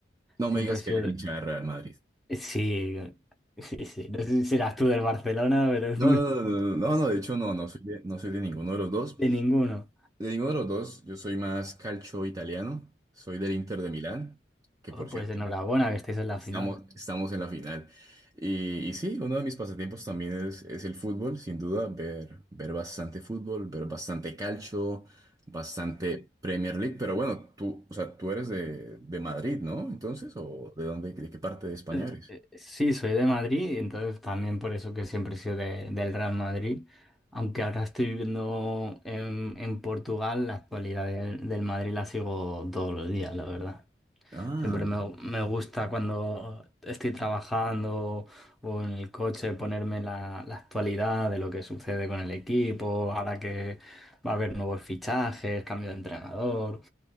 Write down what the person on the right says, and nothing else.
No
me digas
que eres
hincha de Real Madrid.
No, no, no, no, no, no, no, de hecho no, no soy de, no soy de ninguno de los dos.
De ninguno de los dos, yo soy más calcio italiano, soy del Inter de Milán, que
por
cierto
Estamos,
estamos en la final. Y, y sí, uno de mis pasatiempos también es, es el fútbol, sin duda, ver, ver bastante fútbol, ver bastante calcio, bastante Premier League. Pero bueno, tú, o sea, tú eres de, de Madrid, ¿no? Entonces, ¿o de dónde, de qué parte de España
eres?
Ah,